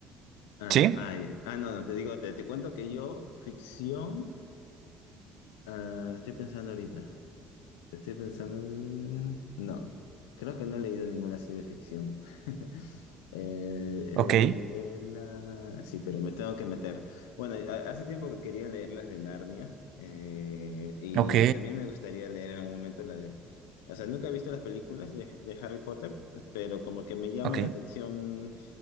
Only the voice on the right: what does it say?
¿sí?
Ok,
ok,
ok.